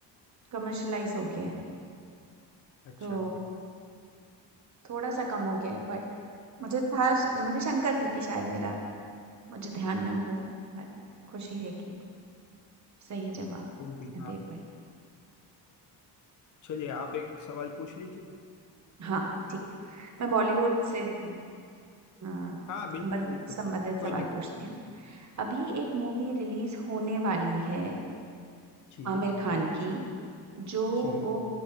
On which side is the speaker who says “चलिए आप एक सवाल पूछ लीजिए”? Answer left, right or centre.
Left